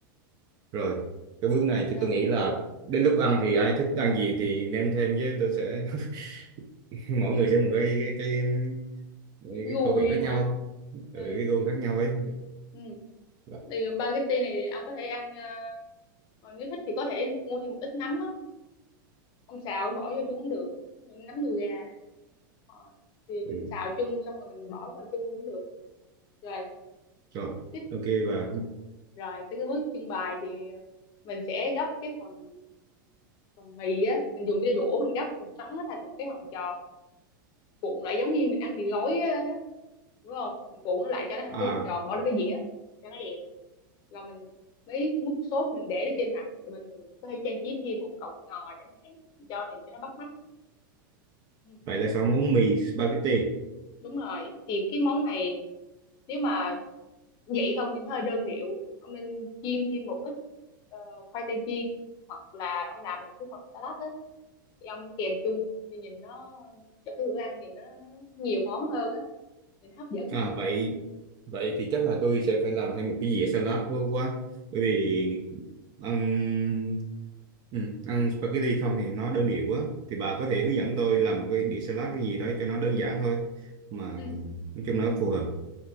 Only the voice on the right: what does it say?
rồi cái bước này chứ
tôi nghĩ là đến lúc ăn thì ai thích ăn gì thì nêm thêm với tôi sẽ <laughs> mỗi người sẽ
một cái cái cái, cái
khẩu vị khác
nhau ừ,
cái gu khác nhau ấy
ừ.
Ừ,
rồi,
ok và
à
vậy là xong món mì spaghetti.
À
vậy vậy thì chắc
là tôi sẽ phải làm thêm một cái dĩa salad quá quá bởi vì ăn ừ, ăn spaghetti không thì nó đơn điệu quá. Thì bà có thể hướng dẫn tôi làm một cái đĩa salad cái gì đó cho nó đơn giản thôi mà
nói chung nó phù hợp.